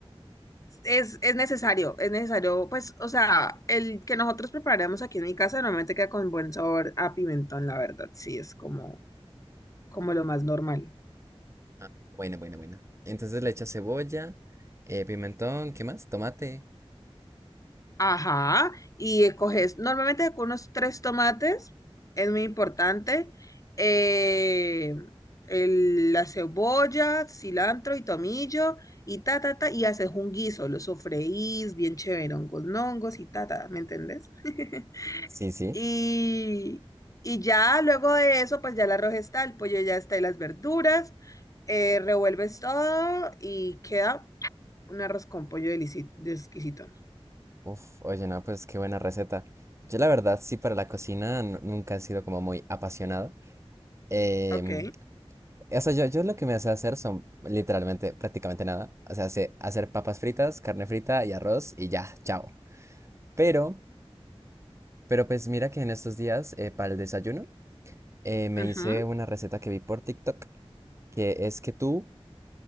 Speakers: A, on the left; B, on the right.
A: Es, es necesario, es necesario, pues, o sea, el que nosotros preparamos aquí en mi casa normalmente queda con buen sabor a pimentón, la verdad, sí, es como, como lo más normal.
B: Ah, bueno, bueno, bueno. Entonces le echas cebolla, eh, pimentón, ¿qué más? Tomate.
A: Ajá, y eh, coges normalmente con unos tres tomates, es muy importante, eh, el- la cebolla, cilantro y tomillo, y ta, ta, ta, y haces un guiso, lo sofreís bien chévere, hongos, hongos y ta, ta, ¿me entendés? <laughs>
B: Sí, sí.
A: Y, y ya luego de eso, pues ya el arroz está, el pollo ya está y las verduras. eh, revuelves todo y queda un arroz con pollo delici- de exquisito.
B: Uf, oye, no, pues qué buena receta. Yo la verdad sí para la cocina nu- nunca he sido como muy apasionado. Em,
A: Ok.
B: O sea, yo, yo lo que me hace hacer son literalmente prácticamente nada. O sea, sé hacer papas fritas, carne frita y arroz y ya, chao. Pero, pero pues mira que en estos días eh, para el desayuno eh, me
A: ujú,
B: hice una receta que vi por TikTok, que es que tú,